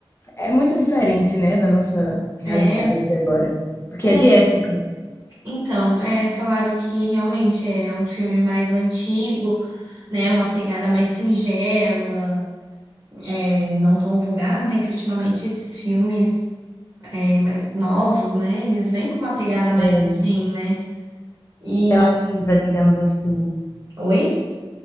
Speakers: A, on the left (about 30°); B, on the right (about 40°).
A: é muito diferente, né, da nossa realidade
B: É,
A: de agora, porque
B: é,
A: é de época,
B: então, é, falaram que realmente é um filme mais antigo, né? Uma pegada mais singela, é, não tão vulgar, né? Que ultimamente esses filmes é, mais novos, né? Eles vêm com uma pegada mais
A: é
B: assim, né? E
A: relativa, digamos assim.
B: Oi?